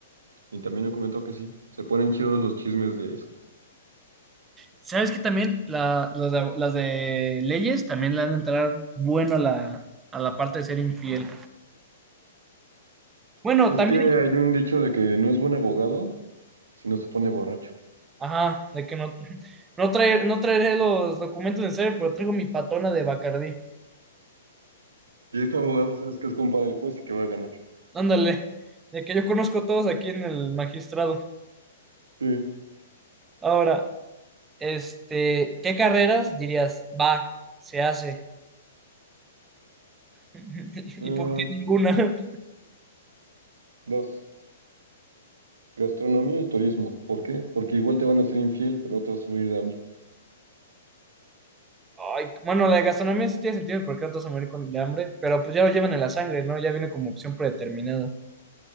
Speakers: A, on the right (about 75°); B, on the right (about 15°).
A: y también me comentó que sí, se ponen chidos los chismes de eso.
B: ¿Sabes que también la- las de, las de leyes también le han de entrar bueno a la, a la parte de ser infiel? Bueno,
A: Es
B: también,
A: que hay un dicho de que no es buen abogado si no se pone borracho.
B: ajá, de que no, no, traer, no traeré los documentos en serio, pero traigo mi patona de Bacardí.
A: Y este abogado sabes que es compa del juez y que va a ganar.
B: Ándale, de que yo conozco a todos aquí en el magistrado.
A: Sí.
B: Ahora, este, ¿qué carreras dirías? Va, se hace. <laughs> ¿Y
A: Ah,
B: por qué ninguna?
A: dos, gastronomía y turismo. ¿Por qué? Porque igual te van a ser infiel, pero no te vas a morir de hambre.
B: Ay, bueno, la de gastronomía sí tiene sentido porque otros se mueren con de hambre, pero pues ya lo llevan en la sangre, ¿no? Ya viene como opción predeterminada.